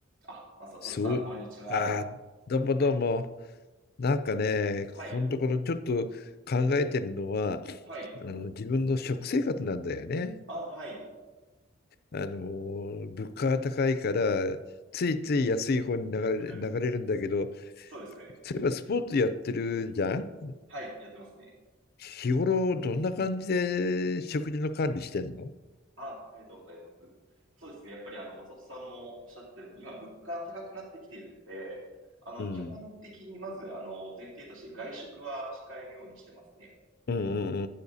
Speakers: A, on the right; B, on the left.
A: あ、まさとしさん、
B: そう、
A: こんにちは。
B: あー、どうもどうも。
A: はい。
B: なんかね、
A: はい。
B: ここのところちょっと考えてるのは、
A: はい。
B: あの自分の食生活なんだよね。
A: あ、はい。
B: あの、物価が高いから、ついつい安い方に流れ、
A: <laughs>
B: 流れるんだけど、
A: そうですね。
B: そういえばスポーツやってるじゃん
A: はい。やってますね。
B: 日頃どんな感じで食事の管理してんの
A: あ、ありがとうございます。そうですね。やっぱり、あの、まさとしさんもおっしゃってたように、今、物価高くなってきているんで、あの、
B: うん。
A: 基本的にまず、あの、前提として外食は控えるようにしてますね。
B: うんうんう